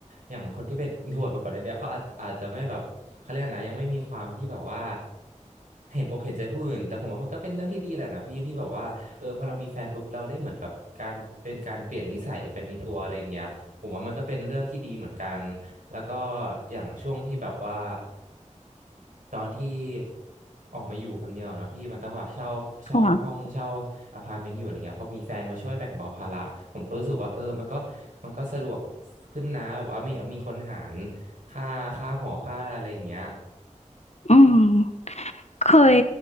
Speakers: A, on the right; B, on the left.
A: อย่างคนที่เป็นอินโทรเวิร์ตมาก่อนเลยเนี่ยเขาอาจอาจจะไม่แบบเขาเรียกอะไรนะยังไม่มีความที่แบบว่าเห็นอกเห็นใจผู้อื่นแต่ผมว่ามันก็เป็นเรื่องที่ดีแหละนะพี่ที่แบบว่าเออพอเรามีแฟนปุ๊บเราได้เหมือนแบบการเป็นการเปลี่ยนนิสัยเป็นในตัวอะไรอย่างเงี้ย ผมว่ามันก็เป็นเรื่องที่ดีเหมือนกัน แล้วก็อย่างช่วงที่แบบว่าตอนที่ออกมาอยู่คนเดียวนะพี่มันต้องแบบเช่าเช่าห้องเช่า
B: ค่ะ
A: อพาร์ตเมนต์อยู่อะไรเงี้ยพอมีแฟนมาช่วยแบ่งเบาภาระผมก็รู้สึกว่าเออมันก็มันก็สะดวกขึ้นนะแบบว่ามีมีคนหารค่าค่าหอค่าอะไรอย่างเงี้ย
B: อืมเคย